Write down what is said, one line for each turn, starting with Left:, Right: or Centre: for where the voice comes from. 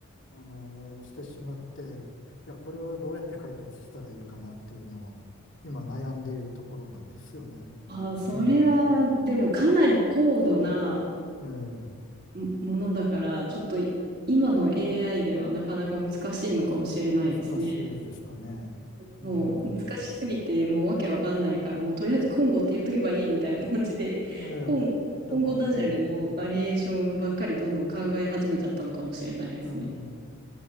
Left: あのしてしまって、いや、これをどうやって解決したらいいかなっていうのを今悩んでいるところなんですよね。
Right: あ、それは、
Left: うん。
Right: でもかなり高度な
Left: ええ、
Right: もものだから、ちょっと今の AI ではなかなか難しいのかもしれないですね。
Left: 難しいですかね。うん。
Right: もう難しすぎて、もうわけわかんないから、もうとりあえずコンゴって言っとけばいいみたいな感じで、<laughs>
Left: いやいや、
Right: コンゴ、
Left: だから、
Right: コンゴダジャレのバリエーションばっかりどんどん考え始めちゃったのかもしれないですね。
Left: うん、うん。